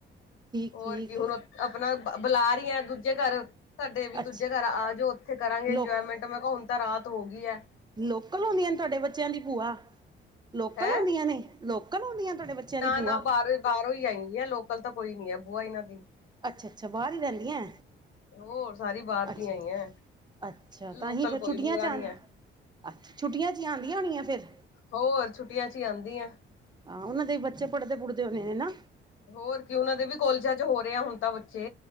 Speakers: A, on the right (about 20°); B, on the left (about 80°).
A: ਠੀਕ
B: ਹੋਰ
A: ਠੀਕ
B: ਕੀ ਹੁਣ ਆਪਣਾ ਬੁਲਾ ਰਹੀ ਆ ਦੂਜੇ ਘਰ ਸਾਡੇ ਵੀ ਦੂਜੇ
A: ਅੱਛਾ
B: ਘਰ ਆ ਜਾਓ ਉੱਥੇ ਕਰਾਂਗੇ
A: ਲੋਕ
B: ਇੰਜੋਏਮੈਂਟ ਮੈਂ ਕਿਹਾ ਹੁਨ ਤਾਂ ਰਾਤ ਹੋ ਗਈ ਐ।
A: ਲੋਕਲ ਹੁੰਦੀਆਂ ਨੇ ਤੁਹਾਡੇ ਬੱਚਿਆਂ ਦੀ ਭੂਆ? ਲੋਕਲ
B: ਹੈਂ
A: ਹੁੰਦੀਆਂ ਨੇ, ਲੋਕਲ ਹੁੰਦੀਆਂ ਨੇ ਤੁਹਾਡੇ ਬੱਚਿਆਂ
B: ਨਾ
A: ਦੀ ਭੂਆ?
B: ਨਾ ਬਾਹਰ ਬਾਹਰੋਂ ਹੀ ਆਈ ਹੈ ਲੋਕਲ ਤਾਂ ਕੋਈ ਨੀ ਹੈ ਬੂਆ ਇਹਨਾਂ ਦੀ।
A: ਅੱਛਾ-ਅੱਛਾ ਬਾਹਰ ਹੀ ਰਹਿੰਦੀਆਂ
B: ਹੋਰ ਸਾਰੀ ਬਾਹਰ ਦੀ
A: ਅੱਛਾ
B: ਆਈ
A: ਅ
B: ਹੈ
A: ਅੱਛਾ
B: ਲੋਕਲ
A: ਤਾਂਹੀਂ ਫਿਰ
B: ਕੋਈ
A: ਛੁੱਟੀਆਂ
B: ਬੂਆ
A: ਚ ਆਨ,
B: ਨੀ ਹੈ
A: ਅੱਛਾ ਛੁੱਟੀਆਂ ਚ ਆਂਦੀਆਂ ਹੋਣੀਆਂ ਫਿਰ
B: ਹੋਰ ਛੁੱਟੀਆਂ ਚ ਹੀ ਆਂਦੀ ਐ।
A: ਹਾਂ ਉਹਨਾਂ ਦੇ ਵੀ ਬੱਚੇ ਪੜ੍ਹਦੇ ਪੂੜਦੇ ਹੋਨੇ, ਹੈਨਾ?
B: ਹੋਰ ਕੀ ਉਹਨਾਂ ਦੇ ਵੀ ਕੋਲਜਾਂ ਚ ਹੋ ਰੇ ਆ ਹੁਨ ਤਾਂ ਬੱਚੇ।